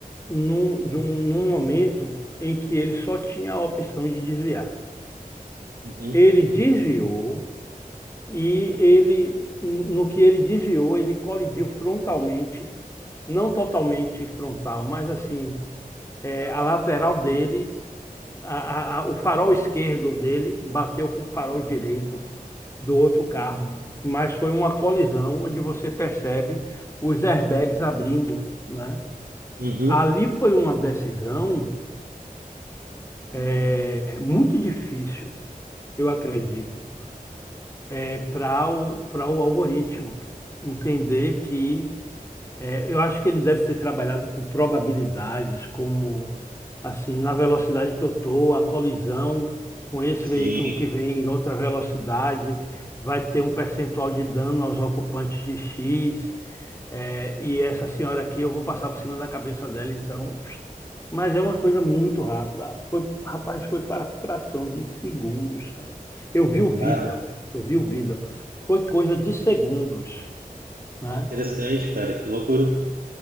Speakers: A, on the left (about 20°); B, on the right (about 80°).
A: num, de um- num momento em que ele só tinha a opção de desviar.
B: Uhum,
A: Ele desviou e ele, no que ele desviou, ele colidiu frontalmente, não totalmente frontal, mas assim, é, a lateral dele, a- a- a- o farol esquerdo dele bateu com o farol direito do outro carro. Mas foi uma colisão onde você percebe os airbags abrindo, né?
B: uhum.
A: Ali foi uma decisão, é, muito difícil, eu acredito, é para o, para o algoritmo entender que É, eu acho que ele deve ter trabalhado com probabilidades, como assim, na velocidade que eu estou, a colisão com esse
B: Sim,
A: veículo que vem em outra velocidade vai ter um percentual de dano aos ocupantes de X, é, e essa senhora aqui eu vou passar por cima da cabeça dela, então. Mas é uma coisa muito rápida. Foi, rapaz, foi para fração de segundos, cara. Eu vi o vídeo,
B: cara,
A: eu vi o vídeo. Foi coisa de segundos, né?
B: que interessante, cara, que loucura.